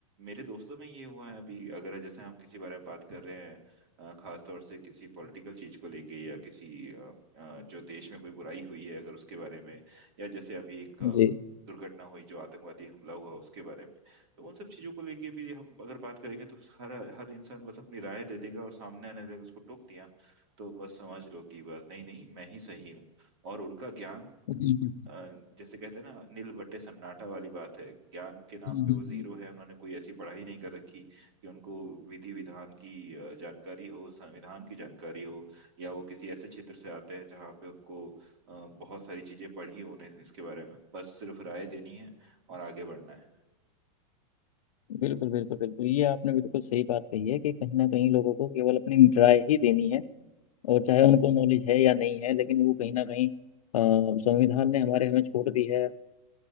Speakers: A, on the right (about 45°); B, on the left (about 80°).
A: मेरे दोस्तों में ये हुआ है अभी अगर जैसे हम किसी बारे में बात कर रहे हैं अ, खास तौर से किसी पॉलिटिकल चीज को लेके या किसी अ, अ, जो देश में कोई बुराई हुई है अगर उसके बारे में या जैसे अभी एक
B: जी
A: दुर्घटना हुई जो आतंकवादी हमला हुआ उसके बारे में तो उन सब चीजों को लेके भी हम अगर बात करेंगे तो हर हर इंसान बस अपनी राय दे देगा और सामने आने देगा उसको टोक दिया तो बस समझ लो कि बस नहीं नहीं मैं ही सही हूँ और उनका ज्ञान
B: बिल्कुल
A: अ, जैसे कहते हैं ना नील बट्टे सन्नाटा वाली बात है ज्ञान के नाम
B: हम्म,
A: पे वो
B: हम्म,
A: जीरो
B: हम्म।
A: है उन्होंने कोई ऐसी पढ़ाई नहीं कर रखी कि उनको विधि विधान की अ, जानकारी हो संविधान की जानकारी हो या वो किसी ऐसे क्षेत्र से आते हैं जहाँ पे उनको अ, बहुत सारी चीजें पढ़ी होने इसके बारे में बस सिर्फ राय देनी है और आगे बढ़ना है
B: बिल्कुल बिल्कुल बिल्कुल ये आपने बिल्कुल सही बात कही है कि कहीं ना कहीं लोगों को केवल अपनी राय ही देनी है और चाहे उनको नॉलेज है या नहीं है लेकिन वो कहीं ना कहीं अ, संविधान ने हमारे हमें छूट दी है